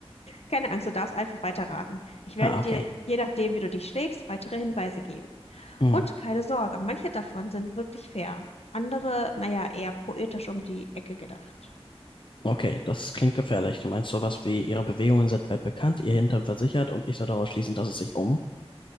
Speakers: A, on the left; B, on the left.
A: Keine Angst, du darfst einfach weiterraten. Ich werde
B: Ah,
A: dir,
B: okay.
A: je nachdem, wie du dich schlägst, weitere Hinweise geben.
B: Hm.
A: Und keine Sorge, manche davon sind wirklich fair. Andere, naja, eher poetisch um die Ecke gedacht.
B: Okay, das klingt gefährlich. Du meinst sowas wie, ihre Bewegungen sind weit bekannt, ihr Hintern versichert und ich soll daraus schließen, dass es sich um.